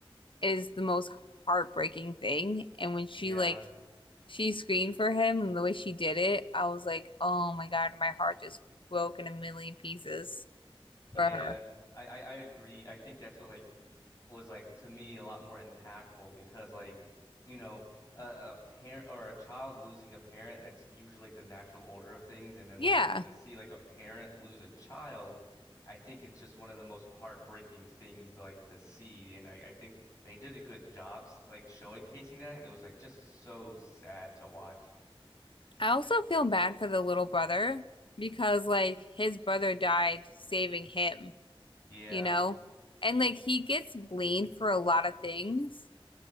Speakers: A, on the left (about 60°); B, on the left (about 35°).
A: is the most heartbreaking thing. And when she
B: Yeah,
A: like she screamed for him and the way she did it, I was like, oh my God, my heart just broke in a million pieces
B: yeah.
A: for her.
B: I, I I agree. I think that's what like was like to me a lot more impactful because like you know a, a parent or a child losing a parent that's usually like the natural order of things, and then
A: Yeah.
B: like uh, to see like a parent lose a child, I think it's just one of the most heartbreaking things like to see, and I I think they did a good job s- like showcasing that, and it was like just so sad to watch.
A: I also feel bad for the little brother because like his brother died saving him.
B: Yeah.
A: you know? And like he gets blamed for a lot of things.